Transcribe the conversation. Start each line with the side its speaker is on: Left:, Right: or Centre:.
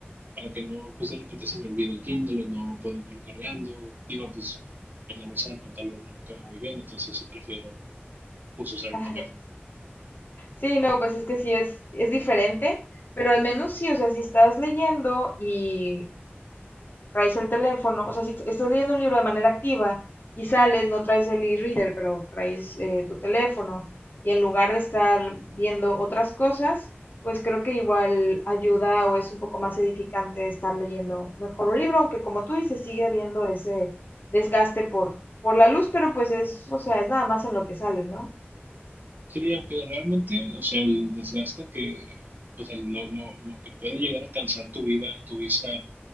Right: para que no, pues de repente se me olvide el Kindle o no puedo andarlo cargando. Digo, pues en la bolsa del pantalón no me cabe muy bien, entonces sí prefiero pues usar
Left: ajá.
Right: el teléfono.
Left: Sí, no, pues es que sí es, es diferente, pero al menos sí, o sea, si estás leyendo y traes el teléfono, o sea, si estás leyendo un libro de manera activa y sales, no traes el e-reader, pero traes eh, tu teléfono y en lugar de estar viendo otras cosas, pues creo que igual ayuda o es un poco más edificante estar leyendo mejor un libro, aunque como tú dices, sigue habiendo ese desgaste por, por la luz, pero pues es, o sea, es nada más en lo que sales, ¿no?
Right: Sí, aunque realmente, o sea, el desgaste que, o sea, lo, lo, lo que puede llegar a cansar tu vida, tu vista,